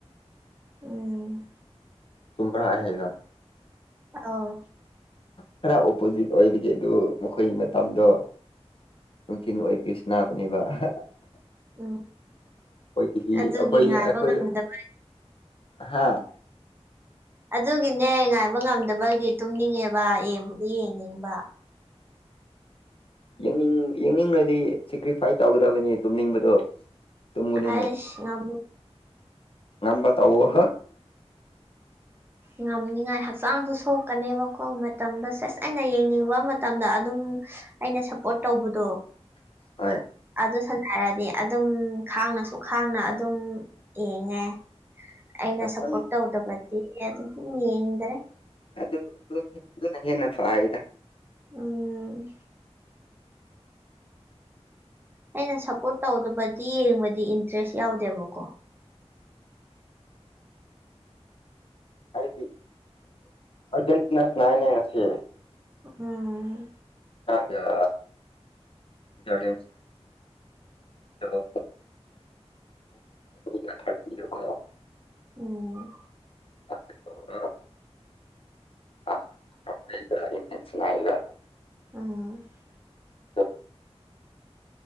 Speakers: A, on the right (about 20°); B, on the left (about 55°).
A: ꯎꯝ꯫
B: ꯇꯨꯝꯕꯔꯥ ꯍꯥꯏꯔꯒꯥ
A: ꯑꯥꯎ
B: ꯈꯔ ꯑꯣꯄꯣꯖꯤꯠ ꯑꯣꯏꯕꯒꯤ ꯑꯗꯨ ꯃꯈꯣꯏꯒꯤ ꯃꯇꯝꯗꯣ ꯅꯨꯡꯊꯤꯟ ꯑꯣꯏꯕꯒꯤ ꯁꯅꯥꯕꯅꯦꯕ ꯑꯩꯈꯣꯏ
A: ꯎꯝ
B: ꯀꯤꯖꯤ
A: ꯑꯗꯨꯒꯤ
B: ꯑꯩꯈꯣꯏ
A: ꯉꯥꯏꯕ
B: ꯑꯩꯈꯣꯏ
A: ꯉꯝꯗꯕ
B: ꯍꯥꯥ
A: ꯑꯗꯨꯒꯤꯅꯦ ꯉꯥꯏꯕ ꯉꯝꯗꯕꯒꯤ ꯇꯨꯝꯅꯤꯡꯉꯦꯕ ꯌꯦꯡꯕꯨꯗꯤ ꯌꯦꯡꯅꯤꯡꯕ
B: ꯌꯦꯡꯅꯤꯡ ꯌꯦꯡꯅꯤꯡꯂꯗꯤ ꯁꯦꯀ꯭ꯔꯤꯐꯥꯏꯁ ꯇꯧꯒꯗꯕꯅꯤ ꯇꯨꯝꯅꯤꯡꯕꯗꯣ꯫ ꯇꯨꯝꯒꯅꯨꯅꯦ
A: ꯑꯁ ꯉꯝ
B: ꯉꯝꯕ ꯇꯧꯑꯣ꯫
A: ꯉꯝꯅꯤꯉꯥꯏ ꯍꯛꯆꯥꯡꯁꯨ ꯁꯣꯛꯀꯅꯤꯕꯀꯣ ꯃꯇꯝꯗ ꯁꯦꯁ ꯑꯩꯅ ꯌꯦꯡꯅꯤꯡꯕ ꯃꯇꯝꯗ ꯑꯗꯨꯝ ꯑꯩꯅ ꯁꯞꯄꯣꯔꯠ ꯇꯧꯕꯗꯣ꯫
B: ꯍꯣꯏ
A: ꯑꯗꯨ ꯁꯅꯔꯗꯤ ꯑꯗꯨꯝ ꯈꯥꯡꯅꯁꯨ ꯈꯥꯡꯅ ꯑꯗꯨꯝ ꯌꯦꯡꯉꯦ꯫ ꯑꯩꯅ
B: ꯍꯛꯆꯥꯡ
A: ꯁꯄꯣꯠ ꯇꯧꯗꯕꯗꯤ ꯌꯦꯟꯗ꯭ꯔꯦ
B: ꯑꯗꯨ ꯑꯗꯨ ꯑꯗꯨꯅ ꯍꯦꯅ ꯐꯗ
A: ꯎꯝ ꯑꯩꯅ ꯁꯞꯄꯣꯔꯠ ꯇꯧꯗꯕꯗꯤ ꯌꯦꯡꯕꯗꯤ ꯏꯟꯇꯔꯦꯁ ꯌꯥꯎꯗꯦꯕꯀꯣ꯫
B: ꯍꯥꯏꯗꯤ ꯑꯔꯖꯦꯟꯇꯤꯤꯟ ꯁꯅꯏꯅꯦ ꯍꯥꯏꯁꯤ
A: ꯎꯝ
B: ꯒ ꯁꯖꯔꯂ ꯑꯣ ꯊꯥꯔꯇꯤꯔꯣ꯫
A: ꯑꯣ
B: ꯑꯗꯨꯒ꯫ <inaudible>
A: <unintelligible>
B: ꯑ